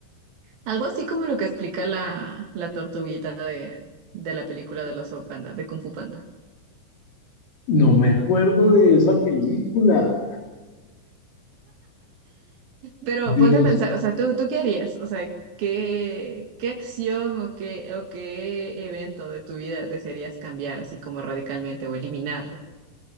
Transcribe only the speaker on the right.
Algo así como lo que explica la, la tortuguita de, de la película de los Panda, de Kung Fu Panda.
Pero
ponte a pensar, o sea, ¿tú, tú qué harías? O sea, ¿qué, qué acción o qué, o qué evento de tu vida desearías cambiar así como radicalmente o eliminarlo?